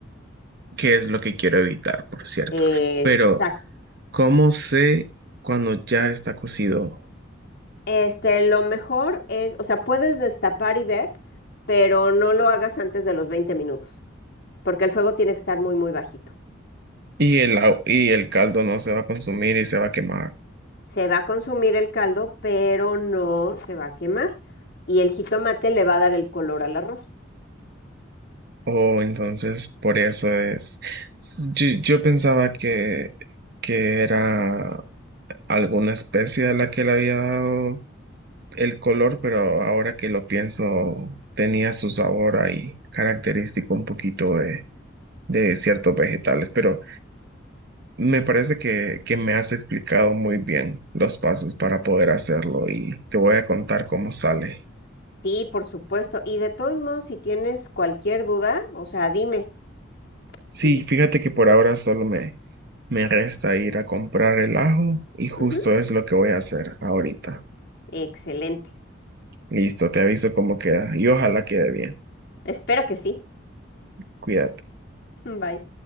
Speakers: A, on the right (about 55°); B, on the left (about 55°).
A: ¿Qué es lo que quiero evitar, por cierto?
B: Exacto.
A: Pero, ¿cómo sé cuando ya está cocido
B: Este, lo mejor es, o sea, puedes destapar y ver, pero no lo hagas antes de los 20 minutos. porque el fuego tiene que estar muy, muy bajito.
A: y el, au- y el caldo no se va a consumir y se va a quemar?
B: Se va a consumir el caldo, pero no se va a quemar. Y el jitomate le va a dar el color al arroz.
A: Oh, entonces por eso es... S- Yo, yo pensaba que, que era alguna especie a la que le había dado el color, pero ahora que lo pienso, tenía su sabor ahí característico un poquito de, de ciertos vegetales, pero me parece que, que me has explicado muy bien los pasos para poder hacerlo y te voy a contar cómo sale.
B: Sí, por supuesto. Y de todos modos, si tienes cualquier duda, o sea, dime.
A: Sí,
B: Y,
A: fíjate que por ahora solo me, me resta ir a comprar el ajo y justo
B: Ujú.
A: es lo que voy a hacer ahorita.
B: Excelente.
A: Listo, te aviso cómo queda y ojalá quede bien.
B: Espero que sí.
A: Cuídate.
B: Bye.